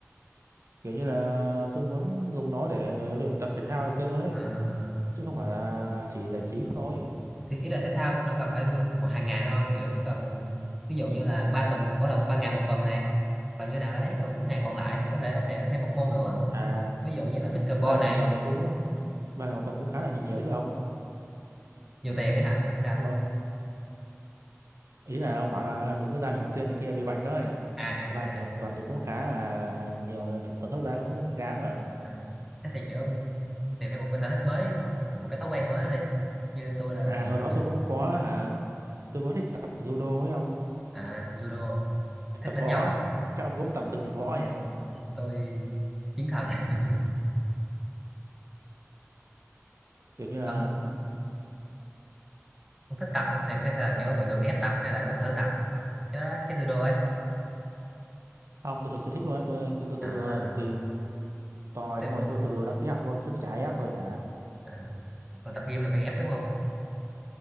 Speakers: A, on the right; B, in the centre.
A: kiểu như là tôi muốn dùng nó để luyện tập thể thao thì kia luôn ấy
B: Ờ, ờ.
A: chứ không phải là chỉ giải trí thôi
B: thì ý là thể thao cũng đâu cần phải nguyên một hàng ngày đâu không kiểu chỉ cần ví dụ như là ba tuần ở lòng ba ngày một tuần này còn như nào đấy còn những ngày còn lại thì có thể ông sẽ thêm một môn nữa
A: à
B: ví dụ như là pickleball
A: ba ngày
B: này
A: một tuần thì cũng ba ngày một tuần cũng khá là nhiều chứ ông
B: nhiều tiền ấy hả hay sao
A: nhưng mà ông, ý là ông bảo là đừng có ra thường xuyên này kia bị bệnh đó ấy
B: à à
A: thì ba
B: à
A: ngày một tuần
B: à,
A: thì cũng khá là nhiều tập tần suất ra cũng khá mà
B: à. thế thì kiểu ông, ông tìm thêm một cái sở thích mới một một cái thói quen mới đó đi như tôi là
A: à hồi đó
B: tôi
A: tôi cũng có hả tôi có thích tập judo ấy ông
B: à judo thích
A: tập
B: đánh
A: võ
B: nhau
A: á.
B: à?
A: chắc ông cũng tập từng tập võ nhỉ
B: Ừ, tôi chiến thần <laughs>
A: kiểu như là
B: ông ông thích tập thì hay là kiểu ông bị gượng ép tập hay là muốn thử tập cái đó đó, cái judo ấy
A: ông tôi thực sự thích luôn ấy tôi tôi
B: à
A: tự tìm tòi
B: tìm
A: xong rồi tôi tự đăng ký học luôn trước chả ai ép tôi cả
B: à, còn tập gym là bị ép đúng không